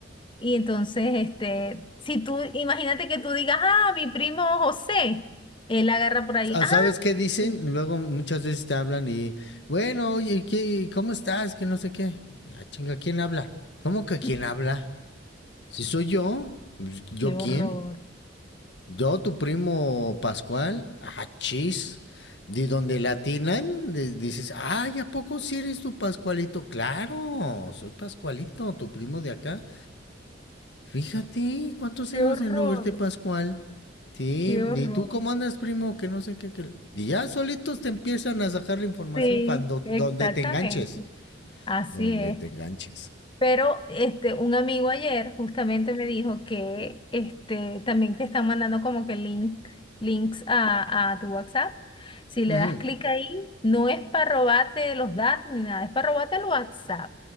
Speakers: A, on the left (about 25°); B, on the left (about 65°).
A: Y entonces, este, si tú, imagínate que tú digas, ah, mi primo José, él agarra por ahí, ah,
B: ¿Sabes qué dicen?
A: sí.
B: Luego muchas veces te hablan y, bueno, oye, ¿qué, ¿cómo estás? Que no sé qué. Ah, chinga, ¿quién habla? ¿Cómo que quién
A: <laughs>
B: habla? Si soy yo, pues, ¿yo
A: qué horror,
B: quién? Yo, tu primo Pascual, ah, chis. De donde le atinan, de- dices, ay, ¿a poco si eres tu Pascualito? Claro, soy Pascualito, tu primo de acá. Fíjate, ¿cuántos
A: qué
B: años
A: horror,
B: de no verte, Pascual? Sí,
A: qué horror.
B: ¿y tú cómo andas, primo? Que no sé qué, que... Y ya solitos te empiezan a sacar la información
A: Sí,
B: cuando,
A: exactamente,
B: donde te enganches.
A: así
B: Donde
A: es.
B: te enganches.
A: Pero este, un amigo ayer justamente me dijo que este, también te están mandando como que link, links a, a tu WhatsApp. Si le
B: Ujú,
A: das clic ahí, no es para robarte los datos ni nada, es para robarte el WhatsApp.